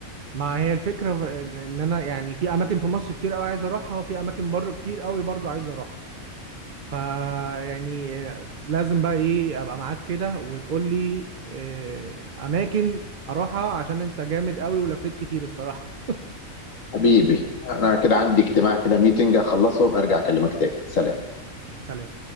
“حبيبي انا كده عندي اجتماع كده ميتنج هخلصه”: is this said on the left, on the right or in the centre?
Left